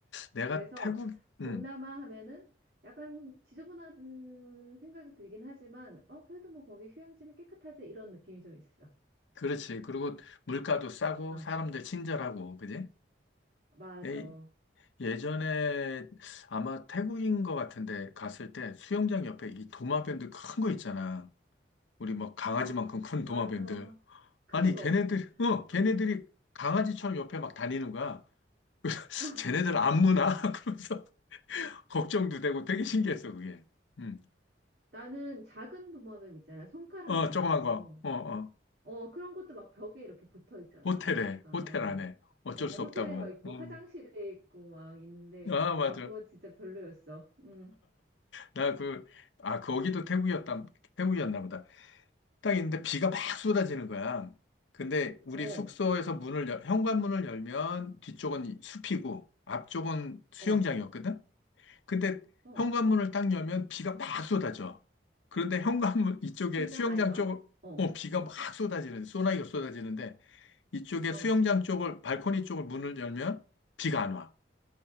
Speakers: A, on the left; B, on the right.
A: 내가
B: 그래서
A: 태국,
B: 동남아
A: 음,
B: 하면은 약간 지저분한 생각이 들긴 하지만, 어, 그래도 뭐 거기 휴양지는 깨끗하지 이런 느낌이 좀 있어.
A: 그렇지. 그리고 물가도 싸고
B: 아,
A: 사람들 친절하고, 그지?
B: 맞아.
A: 예, 예전에 아마 태국인 것 같은데 갔을 때 수영장 옆에 이 도마뱀들 큰 거 있잖아. 우리 뭐 강아지만큼
B: 아,
A: 큰
B: 맞아.
A: 도마뱀들.
B: 큰
A: 아니,
B: 거.
A: 걔네들, 어, 걔네들이
B: 그, <laughs>
A: 강아지처럼 옆에 막 다니는 거야. <laughs>
B: 아,
A: 쟤네들
B: 맞아,
A: 안
B: 맞아.
A: 무나? <laughs> 그러면서. 걱정도 되고 되게 신기했어, 그게. 음.
B: 나는 작은 도마뱀 있잖아. 손가락만한
A: 어, 조그만
B: 거.
A: 거. 어, 어.
B: 어, 그런 것도 막 벽에 이렇게 붙어 있잖아.
A: 호텔에,
B: 리조트 가면.
A: 호텔 안에. 어쩔
B: 어,
A: 수
B: 호텔에
A: 없다고.
B: 막 있고
A: 음.
B: 화장실에 있고 막 있는데
A: 아, 맞아.
B: 아, 그건 진짜 별로였어. 음.
A: 나 그, 아, 거기도 태국이었다, 태국이었나 보다. 딱 있는데 비가 막 쏟아지는 거야. 근데 우리
B: 어.
A: 숙소에서 문을, 열, 현관문을 열면 뒤쪽은 이 숲이고 앞쪽은 수영장이었거든?
B: 어.
A: 근데
B: 어.
A: 현관문을 딱 열면 비가 막 쏟아져. 그런데 현관문 이쪽에
B: 비가
A: 수영장
B: 많이 와?
A: 쪽,
B: 어.
A: 어, 비가 막 쏟아지는데, 소나기가 쏟아지는데 이쪽에
B: 어.
A: 수영장 쪽을, 발코니 쪽을 문을 열면 비가 안 와.